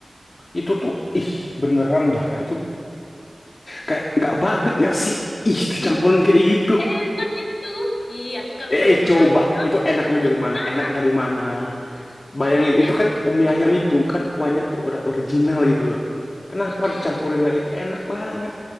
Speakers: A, on the left; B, on the left.
A: Itu tuh ih beneran dah kak itu kayak nggak banget nggak sih? Ih, dicampurin
B: Ih,
A: kayak gitu.
B: enak itu. Ih, aku kalau
A: Eh,
B: makan mie
A: coba.
B: ayam.
A: Itu enaknya
B: Nah,
A: dari mana? Enak dari mana?
B: ih,
A: Bayangin
B: ih,
A: itu
B: enak.
A: kan
B: itu.
A: mie ayam itu kan kuahnya tuh udah original gitu loh. Kenapa
B: Mm-mm.
A: harus campurin lagi itu enak banget.